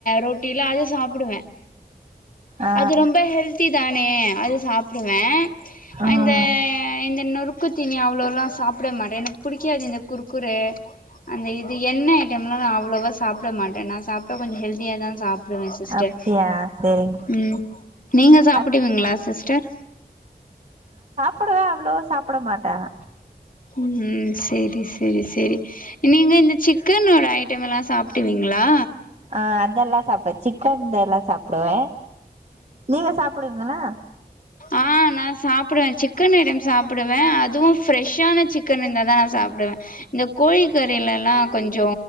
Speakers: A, on the left; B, on the right.
A: ரொட்டியிலாம் அது சாப்புடுவேன்
B: ஆ
A: அது ரொம்ப ஹெல்தி தானே அது சாப் ப்டுவேன்
B: ஆஹ்
A: இந்த இந்த நொறுக்கு தீனி அவ்ளோல்லாம் சாப் ப்பட மாட்டேன் எனக்கு புடிக்காது இந்த குர்குரே அந்த இது எண்ண ஐட்டம்லாம் நான் அவ்ளோவா சாப்ட மாட்டேன் நான் சாப் ப்ப கொஞ்சம் ஹெல்தியா தான் சாப்பிடுவேன் சிஸ்டர்
B: அப்படியா சரிங்க
A: உம் நீங்க சாப்புடுவீங்களா
B: அத்-
A: சிஸ்டர்
B: புடுவேன் அவ்ளோவா சாப்பா ப்பட மாட்டேன்
A: ம் உம் செரி செரி செரி நீங்க இந்த சிக்கனோட ஐட்டம் எல்லாம் சாப்டுவீங்களா...
B: ஆஹ் அதெல்லாம் சாப்டுவே... சிக்கன் எல்லாம் சாப்டுவே.. நீங்க சாப் அப்புடிங்களா
A: ஆஹ் நா சாப்டுவ சிக்கன் ஐட்டம் சாப்டுவ அதுவும் ஃப்ரெஷ்ஷான சிக்கன் இருந்தாதா நா சாப்டுவ இந்த கோழிக்கறிலல்லாம் கொஞ்சோ